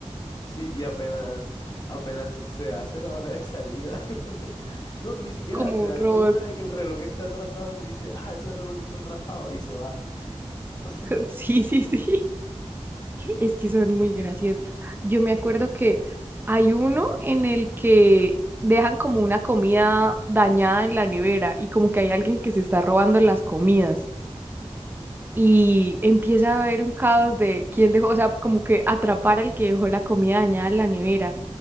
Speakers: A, on the left; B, on the right.
A: Sí, y apenas, apenas se hace la hora de salida. <laughs> No, ni siquiera
B: como
A: se da
B: un robot.
A: cuenta de que el reloj está atrasado y dice, ah, ese reloj está atrasado y se va.
B: <laughs>
A: <laughs>
B: Sí, sí, sí. Es que son muy graciosos. Yo me acuerdo que hay uno en el que dejan como una comida dañada en la nevera y como que hay alguien que se está robando las comidas y empieza a haber un caos de quién dejó, o sea, como que atrapar al que dejó la comida dañada en la nevera